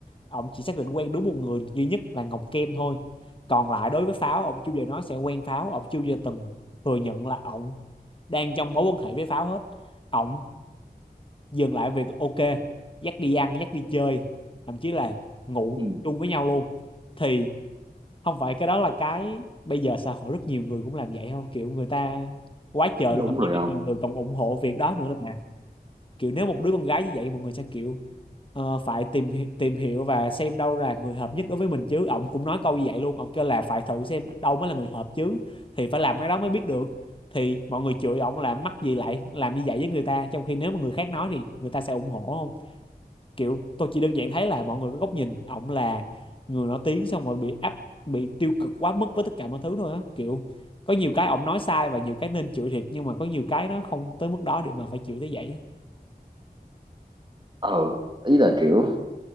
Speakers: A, on the left (about 30°); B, on the right (about 30°).
A: ông chỉ xác định quen đúng một người duy nhất là Ngọc Kem thôi còn lại đối với pháo ông chưa bao giờ nói sẽ quen pháo ông chưa bao giờ từng thừa nhận là ông đang trong mối quan hệ với pháo hết ông dừng lại việc là ok dắt đi ăn dắt đi chơi thậm chí là ngủ
B: ừ.
A: chung với nhau luôn thì không phải cái đó là cái bây giờ xã hội rất nhiều người cũng làm vậy không kiểu người ta quá trời
B: đúng
A: luôn thậm
B: đúng rồi
A: chí có nhiều người còn ủng hộ việc đó nữa là kiểu nếu một đứa con gái như vậy mọi người sẽ kiểu ờ, phải tìm hi- tìm hiểu và xem đâu là người hợp nhất đối với mình chứ ông cũng nói câu như vậy luôn ông kêu là phải thử xem đâu mới là người hợp chứ thì phải làm cái đó mới biết được thì mọi người chửi ông là mắc gì lại làm như vậy với người ta trong khi nếu mà người khác nói thì người ta sẽ ủng hộ không kiểu tôi chỉ đơn giản thấy là mọi người có góc nhìn ông là người nổi tiếng xong rồi bị áp bị tiêu cực quá mức với tất cả mọi thứ thôi á kiểu có nhiều cái ông nói sai và nhiều cái nên chửi thiệt nhưng mà có nhiều cái nó không tới mức đó để mà phải chửi tới vậy á
B: ờ ý là kiểu